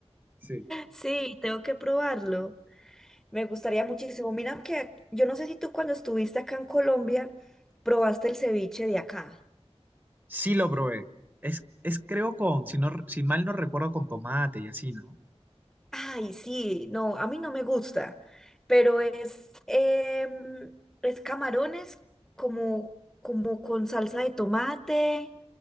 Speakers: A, on the right; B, in the centre.
A: Sí.
B: Sí, tengo que probarlo. Me gustaría muchísimo. Mira que yo no sé si tú cuando estuviste acá en Colombia probaste el ceviche de acá.
A: Sí lo probé. Es, es creo con, si no, si mal no recuerdo, con tomate y así, ¿no?
B: Ay, sí, no, a mí no me gusta, pero es, em, es camarones como, como con salsa de tomate,